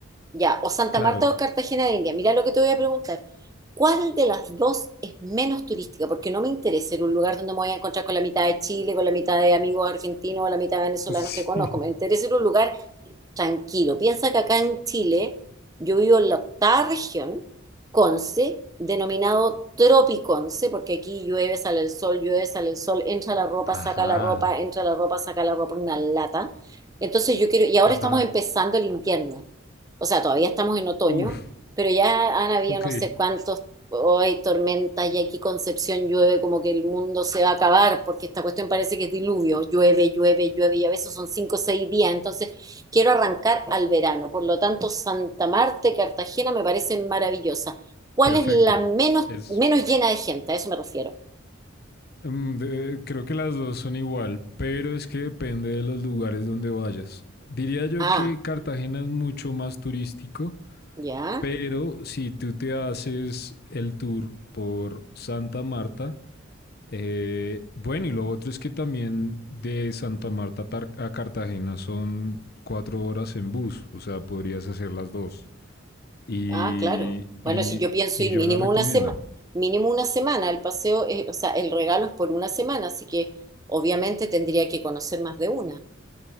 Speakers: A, on the right (about 20°); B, on the left (about 50°).
A: Ya, o Santa
B: claro.
A: Marta o Cartagena de India. Mira lo que te voy a preguntar. ¿Cuál de las dos es menos turística? Porque no me interesa ir a un lugar donde me voy a encontrar con la mitad de Chile, con la mitad de amigos argentinos o la mitad de venezolanos
B: <laughs> Sí.
A: que conozco. Me interesa ir a un lugar tranquilo. Piensa que acá en Chile yo vivo en la octava región, Conce, denominado Tropiconce, porque aquí llueve, sale el sol, llueve, sale el sol, entra la ropa, saca
B: Ajá,
A: la ropa, entra la ropa, saca la ropa, una lata. Entonces yo quiero, y ahora
B: Ajá.
A: estamos empezando el invierno, o sea, todavía estamos en otoño,
B: uf,
A: pero ya han habido
B: ok,
A: no sé cuántos, hoy tormentas y aquí Concepción llueve como que el mundo se va a acabar, porque esta cuestión parece que es diluvio, llueve, llueve, llueve, y a veces son cinco o seis días, entonces Quiero arrancar al verano, por lo tanto, Santa Marta y Cartagena me parecen maravillosas. ¿Cuál
B: perfecto.
A: es la menos,
B: Es,
A: menos llena de gente? A eso me refiero.
B: mm, de- creo que las dos son igual, pero es que depende de los lugares donde vayas. Diría yo
A: Ah,
B: que Cartagena es mucho más turístico,
A: ya.
B: pero si tú te haces el tour por Santa Marta, Eh, bueno, y lo otro es que también de Santa Marta a Tar- a Cartagena son cuatro horas en bus, o sea, podrías hacer las dos. Y,
A: Ah, claro. Bueno,
B: y,
A: si yo pienso
B: y
A: ir
B: yo
A: mínimo
B: la recomiendo.
A: una semana, mínimo una semana, el paseo, es- o sea, el regalo es por una semana, así que obviamente tendría que conocer más de una.